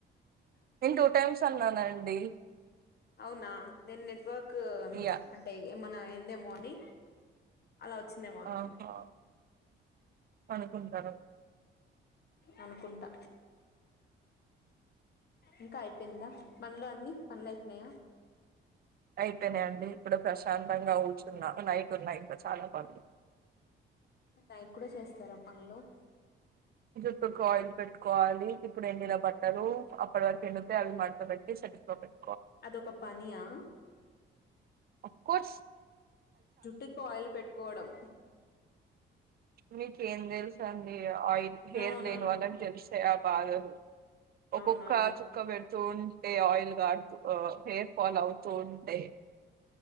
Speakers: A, on the right (about 50°); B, on the left (about 55°).
A: నేను టూటైమ్స్ అన్నానండి
B: అవునా నేన్ నెట్వర్కు
A: ఇయ
B: అంటే ఏమనా అందేమోననీ అలా ఓచ్చిందేమో అనుకున్నా
A: ఆహా అనుకుంటాను
B: అనుకుంటా ఇంకా అయిపోయిందా పనులు అన్ని పనులైపోయ్నాయా
A: అయిపెనండి ఇప్పుడు ప్రశాంతంగా కూర్చున్నారు నైట్ ఉన్నాయి ఇంక చాలా పనులు
B: మీరు నైట్ కూడా చేస్తారా పన్లు
A: జుట్టుకి ఆయిల్ పెట్టుకోవాలి ఇప్పుడు ఎండిన బట్టరు అప్పట్వరకు ఎండుతే అవి మడత పెట్టి సెల్ఫ్ లో పెట్టాలి
B: అదొక పనియా
A: అఫ్కోర్స్
B: జుట్టుకు ఆయిల్ పెట్టుకోవడం
A: మీకు ఏం తెల్సుండి ఆయిల్ హెర్
B: అవునవును
A: లేను వాళ్ళనకి తెలిస్తే ఆ బాధలు ఒకోక్క
B: అవునవును
A: చుక్క పె పెడ్తూంటే ఆయిల్ కార్తుంటే హ హెయిర్ ఫాల్ అవుతూ ఉంటే